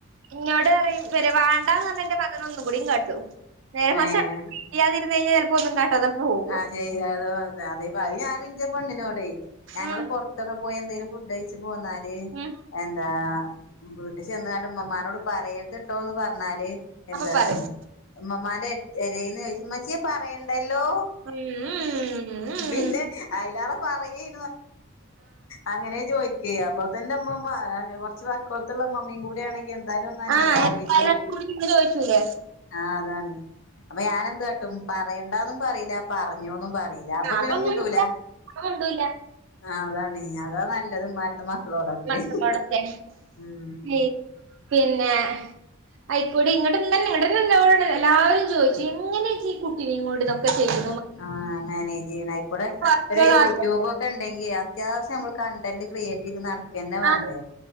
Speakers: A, on the right; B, on the left.
A: ഇന്നോട് പറയും ഇവര് വേണ്ടാന്ന് പറഞ്ഞ എന്റെ <unintelligible> നേരെ മറിച്ചു
B: ഏഹ്
A: അടുത്തത് ഫിൽ ചെയ്യാതെ ഇരുന്നു കഴിഞ്ഞാൽ ചിലപ്പോന്നും കാട്ടാതെ പോകും
B: അതെ <unintelligible> അത് ഞാനും എന്റെ പെണ്ണിനോടെ ഞങ്ങള്
A: ഉം
B: പുറത്തൊക്കെ പോയി എന്തേലും ഫുഡ് കഴിച്ച് പോന്നാല്
A: ഉം
B: എന്താ വീട്ടി ചെന്നാണ്ട് ഉമ്മമാനോട് പറയരുത്ട്ടോന്ന് പറഞ്ഞാല് എന്താട്ടും
A: അപ്പൊ പറയും
B: ഉമ്മമാന്റെ എരേന്ന് ചോദിച് ഉമ്മച്ചിയെ പറയണ്ടല്ലോ
A: ഉം ഉം ഉം
B: പിന്നെ അയലേറെ പറയേം അങ്ങനെ ചോദിക്കേം അപ്പൊ തന്നെ ഉമ്മമ്മ കൊറച്ച് വാക്കോളത്തുള്ള ഉമ്മമ്മയും കൂടെ ആണെങ്കി എന്തായാലും ഒന്ന് അന്വേ
A: ആ ആ
B: ആലോചിച്ചു
A: ചോദിച്ചൂലേ
B: ആ അതാണ് അപ്പൊ ഞാനെന്തു കാ ട്ടും പറയണ്ടാന്നും പറയും പറഞ്ഞൊന്നും പറയില അപ്പൊ
A: ആ
B: പിന്നെ
A: ഒന്നും
B: മുണ്ടൂല
A: മിണ്ട അപ്പൊ മിണ്ടൂല
B: ആ അതാണ് അതാ നല്ലത് ഇമ്മാതിരുത്ത മക്കളോടൊക്കെ
A: മക്കളോടൊക്കെ
B: ഉം
A: ഈ പിന്നെ അയിക്കൂടി ഇങ്ങോട്ട് <unintelligible> എല്ലാവരും ചോദിച്ചു എങ്ങനെ ഈ കുട്ടിനെ ഇങ്ങട് ഇതൊക്കെ ചെയ്തു
B: ആഹ് മാനേജ് ചെയ്യണ അയിക്കൂടെ
A: മക്കൾ
B: ഒരു യൂട്യൂബ്
A: അത്
B: ഒക്കെ ഉണ്ടെങ്കി അ അത്യാവശ്യം നമ്മൾ കണ്ടന്റ് ക്രിയേറ്റ് ചെയ്ത് നടക്കന്നെ വേണ്ടേ
A: ആ